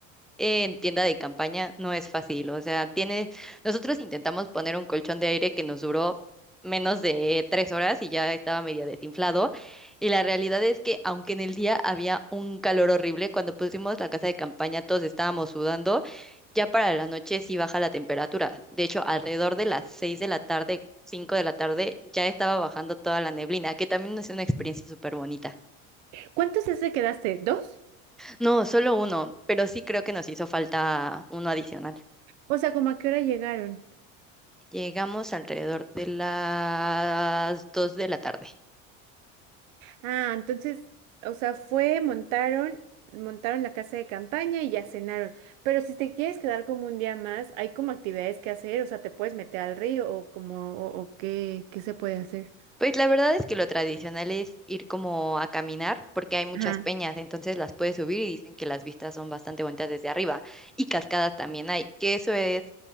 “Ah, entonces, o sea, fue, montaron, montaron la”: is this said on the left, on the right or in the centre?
Right